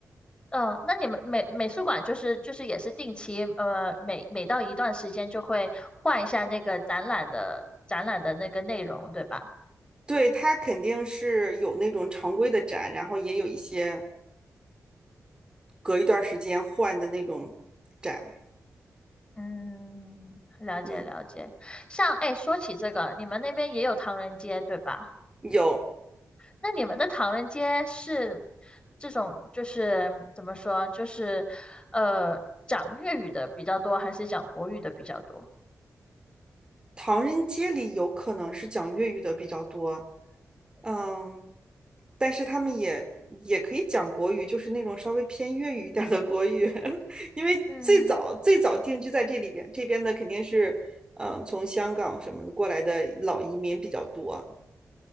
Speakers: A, on the left; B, on the right.
A: 嗯，那你们美美术馆就是就是也是定期，呃，每每到一段时间就会换一下那个展览的展览的那个内容，对吧？
B: 对，它肯定是有那种常规的展，然后也有一些隔一段时间换的那种展。
A: 嗯，了解了解。
B: 嗯。
A: 像哎，说起这个，你们那边也有唐人街，对吧？
B: 有
A: 那你们的唐人街是这种就是怎么说，就是呃讲粤语的比较多，还是讲国语的比较多？
B: 唐人街里有可能是讲粤语的比较多，嗯，但是他们也也可以讲国语，就是那种稍微偏粤语一点儿的国语，<laughs> 因为最早最早定居在这里边，
A: 嗯。
B: 这边的肯定是，嗯，从香港什么的过来的老移民比较多，